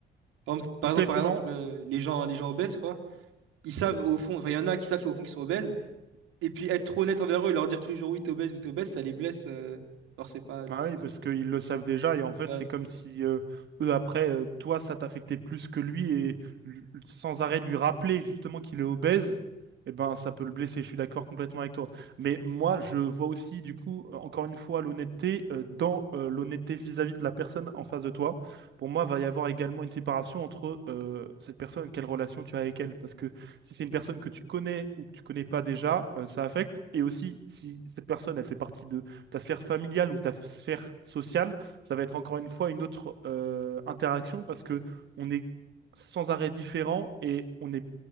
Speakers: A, on the right (about 85°); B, on the right (about 65°).
A: Par exemple, par
B: Complètement
A: exemple, par exemple, euh, les gens, les gens obèses, quoi, ils savent au fond, enfin, il y en a qui savent au fond qu'ils sont obèses, et puis être trop honnête envers eux et leur dire tous les jours oui, t'es obèse, oui, t'es obèse, ça les blesse. euh, alors, c'est pas. le-
B: Bah oui, parce qu'ils le savent déjà, et en fait,
A: Ouais.
B: c'est comme si euh, eux, après, euh, toi, ça t'affectait plus que lui, et lui- sans arrêt lui rappeler justement qu'il est obèse, eh ben, ça peut le blesser. Je suis d'accord complètement avec toi. Mais moi, je vois aussi, du coup, euh, encore une fois, l'honnêteté euh, dans euh, l'honnêteté vis-à-vis de la personne en face de toi. Pour moi, va y avoir également une séparation entre euh, cette personne, quelle relation tu as avec elle. Parce que si c'est une personne que tu connais ou que tu connais pas déjà, euh, ça affecte. Et aussi, si cette personne, elle fait partie de ta sphère familiale ou ta sphère sociale, ça va être encore une fois une autre euh, interaction parce que on est sans arrêt différent et on n'est